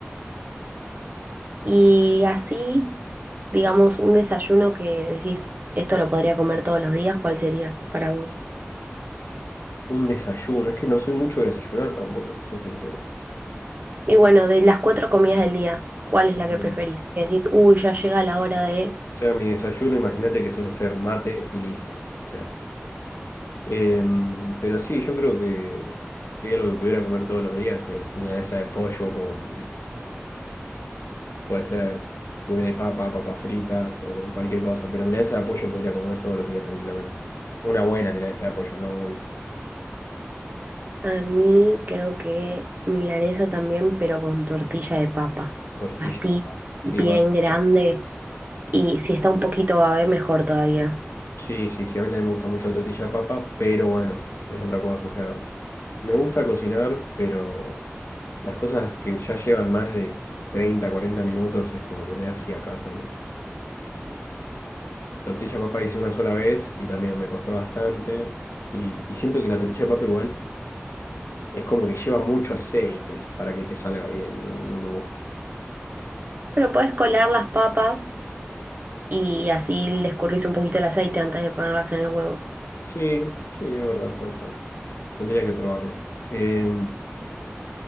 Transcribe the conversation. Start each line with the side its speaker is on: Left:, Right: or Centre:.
Right: Y así, digamos, un desayuno que decís, esto lo podría comer todos los días, ¿cuál sería para vos?
Left: un desayuno. Es que no soy mucho de desayunar tampoco, ese es el tema.
Right: Y bueno, de las cuatro comidas del día, ¿cuál es
Left: Em,
Right: la que preferís?
Left: o
Right: Que decís, uy, ya llega la hora de...
Left: sea, mi desayuno, imagínate que suele ser mate y listo. O sea, Em, pero sí, yo creo que si hay algo que pudiera comer todos los días es milanesa de pollo con, puede ser puré de papa, papas fritas o cualquier cosa, pero milanesa de pollo podría comer todos los días tranquilamente. Una buena milanesa de pollo, no obvio.
Right: A mí creo que milanesa también, pero con tortilla de papa.
Left: Tortilla
Right: Así,
Left: de papa.
Right: bien
Left: Sí, bueno,
Right: grande. Y si está un poquito babe, mejor todavía.
Left: sí, sí, sí, a mí también me gusta mucho la tortilla de papa, pero bueno, es otra cosa, o sea, me gusta cocinar, pero las cosas que ya llevan más de 30 40 minutos es como que me da fiaca hacerlas. Tortilla de papa hice una sola vez y también me costó bastante. Y, y siento que la tortilla de papa igual es como que lleva mucho aceite para que te salga bien y no, no me gusta.
Right: Pero podés colar las papas y así le escurrís un poquito el aceite antes de ponerlas en el huevo.
Left: Sí, sí, es verdad, puede ser. Tendría que probarlo. Eh,